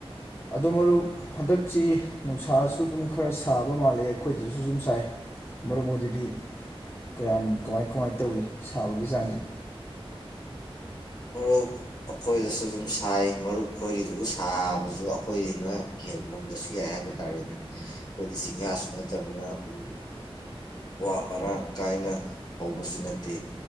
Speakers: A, on the left; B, on the left.
A: ꯑꯗꯣ ꯃꯔꯨꯞ ꯍꯟꯗꯛꯁꯤ ꯅꯨꯡꯁꯥꯁꯨ ꯑꯗꯨꯝ ꯈꯔ ꯁꯥꯕ ꯃꯥꯜꯂꯦ ꯑꯩꯈꯣꯏꯗꯁꯨꯁꯨꯝ ꯁꯥꯏ ꯃꯔꯨꯞ ꯍꯣꯏꯗꯗꯤ ꯀꯌꯥꯝ ꯀꯃꯥꯏ ꯀꯃꯥꯏ ꯇꯧꯏ ꯁꯥꯕꯒꯤ ꯆꯥꯡꯁꯦ
B: ꯃꯔꯨꯞ ꯑꯈꯣꯏꯗꯁꯨ ꯑꯗꯨꯝ ꯁꯥꯏ ꯃꯔꯨꯞ ꯑꯩꯈꯣꯏꯒꯤꯗꯨꯕꯨ ꯁꯥꯕꯁꯨ ꯑꯩꯈꯣꯏꯅ ꯍꯦꯟ ꯉꯝꯕꯁꯨ ꯌꯥꯏ ꯍꯥꯏꯕ ꯇꯥꯔꯦꯅꯦ ꯑꯩꯈꯣꯏꯗꯤ ꯆꯤꯡꯌꯥꯁꯨ ꯅꯠꯇꯅꯤꯅ ꯎ ꯋꯥ ꯃꯔꯥꯡ ꯀꯥꯏꯅ ꯍꯧꯕꯁꯨ ꯅꯠꯇꯦ